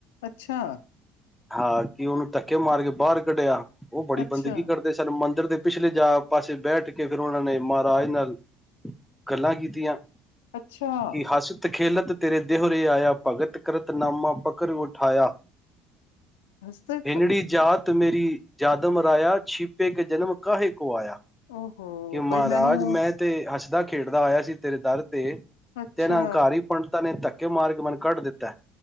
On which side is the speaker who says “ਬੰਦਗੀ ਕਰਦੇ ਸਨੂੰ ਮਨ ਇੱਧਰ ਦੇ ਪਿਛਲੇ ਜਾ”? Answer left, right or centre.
Centre